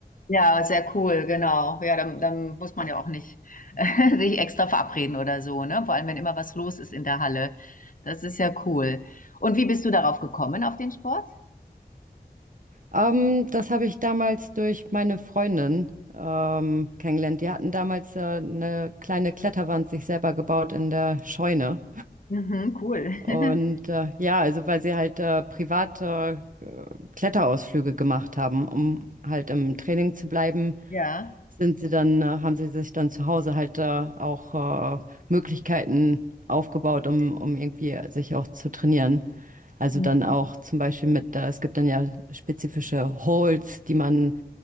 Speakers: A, on the left (about 55°); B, on the right (about 50°).
A: Ja, sehr cool, genau. Ja, dann, dann muss man ja auch nicht <laughs> sich extra verabreden oder so, ne? Vor allem, wenn immer was los ist in der Halle. Das ist ja cool. Und wie bist du darauf gekommen, auf den Sport?
B: Ähm, das habe ich damals durch meine Freundin ähm, kennengelernt. Die hatten damals äh, eine kleine Kletterwand sich selber gebaut in der Scheune.
A: Mhm, cool. <laughs>
B: Und äh, ja, also weil sie halt äh, private Kletterausflüge gemacht haben, um halt im Training zu bleiben
A: Ja.
B: sind sie dann, äh, haben sie sich dann zu Hause halt äh, auch äh, Möglichkeiten aufgebaut, um, um irgendwie sich auch zu trainieren. Also
A: Mhm,
B: dann auch zum Beispiel mit, äh, es gibt dann ja spezifische Holds, die man,